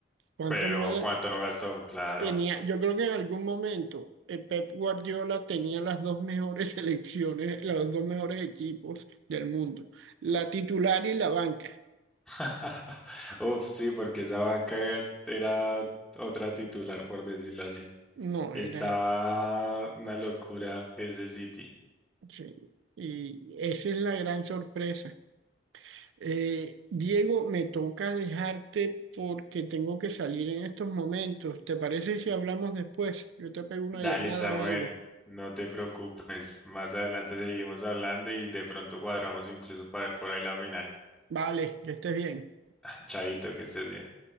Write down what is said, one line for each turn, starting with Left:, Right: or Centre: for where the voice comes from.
Right: ¿Cuánto
Centre: Pero
Right: no de-
Centre: ¿cuánto no gastó? Claro.
Right: tenía? Yo creo que en algún momento eh, Pep Guardiola tenía las dos mejores <laughs> selecciones, los dos mejores equipos del mundo, la titular y la banca.
Centre: <laughs> Uf, sí, porque esa banca era otra titular, por decirlo así.
Right: No,
Centre: Estaba
Right: era.
Centre: una locura ese City.
Right: Sí, y esa es la gran sorpresa. Eh, Diego, me toca dejarte porque tengo que salir en estos momentos. ¿Te parece si hablamos después? Yo te pego una
Centre: Dale,
Right: llamada
Centre: Samuel,
Right: o algo.
Centre: no te preocupes. Más adelante seguimos hablando y de pronto cuadramos incluso para ver por ahí la final.
Right: Vale, que estés bien.
Centre: <laughs> Chaito, que estés bien.